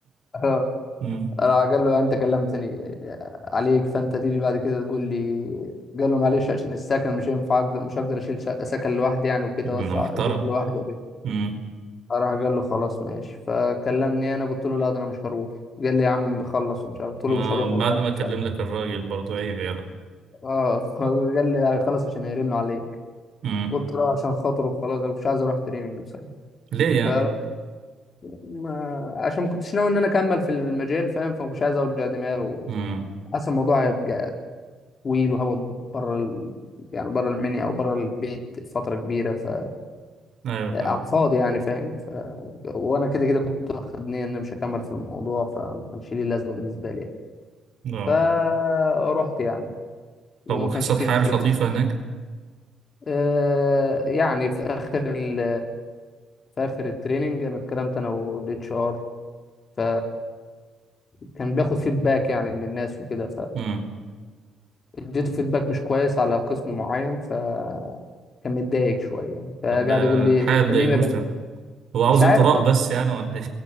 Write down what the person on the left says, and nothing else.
<laughs>
راح قال له انت كلمتني عليك فانت تيجي بعد كده تقول لي قال له معلش عشان السكن مش هينفع اقدر مش هقدر اشيل شقة- سكن لوحدي يعني وكده
وادفع
ايجار لوحدي
راح قال له خلاص ماشي فكلمني انا قلت له لا ده انا مش هروح قال لي يا عم خلص ومش عارف قلت
له مش هروح والله
مش عارف
اه <laughs> قال لي خلاص عشان هيرنوا عليك
قلت له عشان خاطره خلاص انا مش عايز اروح تريننج بصراحه
ف ما- عشان ما كنتش ناوي ان انا اكمل في المجال فاهم فمش عايز اوجع دماغي
وحاسس الموضوع هيبقى طويل وهقعد بره ال... يعني بره المنيا او بره البيت فتره كبيره ف
على
الفاضي يعني فاهم ف... وانا كده كده كنت واخد نيه ان انا مش هكمل في الموضوع فما كانش ليه لازمه بالنسبه لي يعني.
فرحت يعني وما
كانش فيه
انترفيو
آه يعني في اخر ال في اخر التريننج انا اتكلمت انا والاتش ار ف كان بياخد فيدباك يعني من الناس وكده
فاديته فيدباك مش كويس على قسم معين ف كان متضايق شويه فقعد
يقول لي
انت
ليه ما بن...
مش عارف